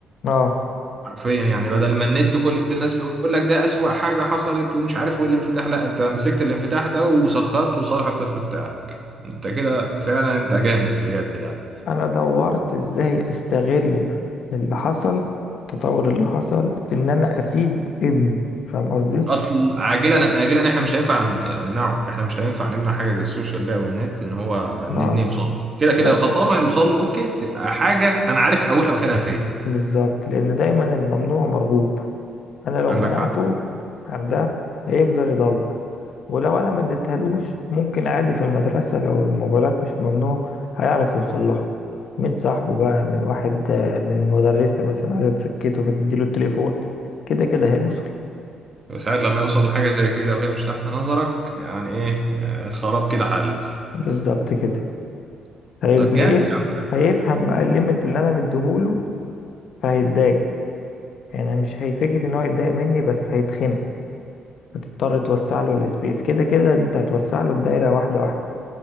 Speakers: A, on the left; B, on the right.
A: اه
B: حرفيا يعني بدل ما النت كل الناس بيقول لك ده اسوأ حاجة حصلت ومش عارف والانفتاح لا انت مسكت الانفتاح ده وسخرته لصالح الطفل بتاعك انت كده فعلا انت جامد بجد يعني
A: انا دورت ازاي استغل اللي حصل التطور اللي حصل في ان انا افيد ابني فاهم قصدي
B: اصل عاجلا اجلا احنا مش هينفع ن- نمنعه احنا مش هينفع نمنع حاجه زي السوشيال بقى والنت ان هو
A: انا
B: نبني يوصل له كده
A: اصلا
B: كده طب طالما هيوصل له اوكي تبقى حاجه انا عارف اولها واخرها فين
A: بالظبط لان دايما الممنوع مرغوب انا لو
B: عندك
A: منعته
B: حق
A: عن ده هيفضل يدور ولو انا ما اديتهالوش ممكن عادي في المدرسة لو الموبايلات مش ممنوع هيعرف يوصل لها من صاحبه بقى من واحد آه، من مدرسة مثلا عايزة تسكته فتديله التليفون كده كده هيوصل
B: وساعات لما يوصل لحاجه زي كده وهي مش تحت نظرك يعني ايه آه، الخراب كده حل
A: بالظبط كده هيب-
B: طب جامد
A: هيف...
B: يا عم
A: هيفهم بقى الليميت اللي انا مديهوله فهيتضايق يعني مش هيفكر ان هو يتضايق مني بس هيتخنق هتضطر توسع له السبيس كده كده انت هتوسع له الدايره واحده واحده